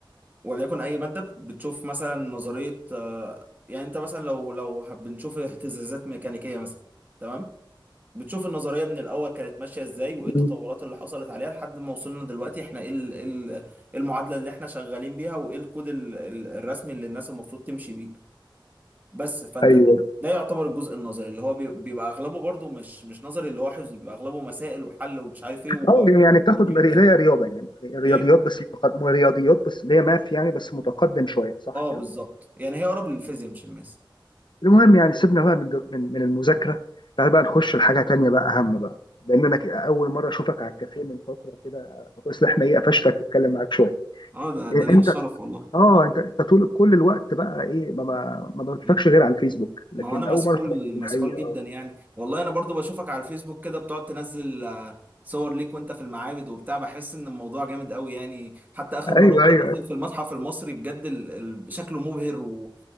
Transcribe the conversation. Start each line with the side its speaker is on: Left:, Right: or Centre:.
Right: وليكن اي ماده بتشوف مثلا نظريه آه، يعني انت مثلا لو لو حب- بنشوف اهتزازات ميكانيكيه مثلا تمام بتشوف النظريه من الاول كانت ماشيه ازاي وايه التطورات
Left: مم.
Right: اللي حصلت عليها لحد ما وصلنا دلوقتي احنا ايه ال- إيه ال- إيه المعادله اللي احنا شغالين بيها وايه الكود ال- ال- الرسمي اللي الناس المفروض تمشي بيه بس فانت
Left: ايوه
Right: د- ده يعتبر الجزء النظري اللي هو بي- بيبقى اغلبه برضو مش مش نظري اللي هو حفظ بيبقى اغلبه مسائل وحل ومش عارف ايه و-
Left: اه يعني بتاخد
Right: وتقييم
Left: اللي
Right: وكده
Left: هي رياضه يعني رياضيات
Right: ايه
Left: بس متقدم رياضيات بس اللي هي ماث يعني بس متقدم شويه صح
Right: اه
Left: كده
Right: بالظبط يعني هي اقرب للفيزياء مش الماس
Left: المهم يعني سيبنا بقى من من من المذاكره تعال بقى نخش لحاجه تانية بقى اهم بقى لان انا ك- اول مره اشوفك على الكافيه من فتره كده فكويس ان احنا ايه قفشتك اتكلم معاك شويه
Right: اه ده
Left: إيه
Right: ده ليا
Left: انت
Right: الشرف والله
Left: اه انت انت طول كل الوقت بقى ايه ما ما ما بشوفكش
Right: ما
Left: غير على الفيسبوك لكن
Right: ما هو انا مسحول
Left: اول مره اشوفك في
Right: مسحول
Left: الحقيقه
Right: جدا
Left: آه.
Right: يعني والله انا برضو بشوفك على الفيسبوك كده بتقعد تنزل آه، صور ليك وانت في المعابد وبتاع بحس ان الموضوع جامد قوي يعني حتى اخر مره
Left: ايوه
Right: وانت
Left: ايوه
Right: نزل في المتحف المصري بجد ال... ال... شكله مبهر و...